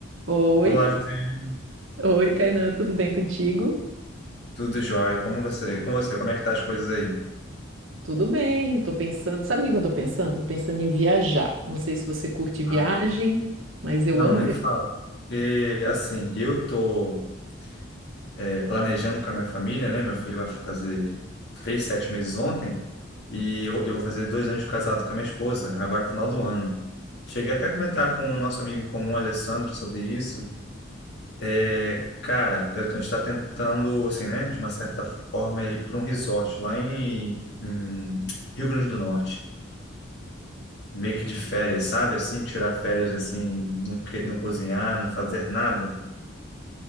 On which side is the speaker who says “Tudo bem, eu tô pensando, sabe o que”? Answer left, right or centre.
Right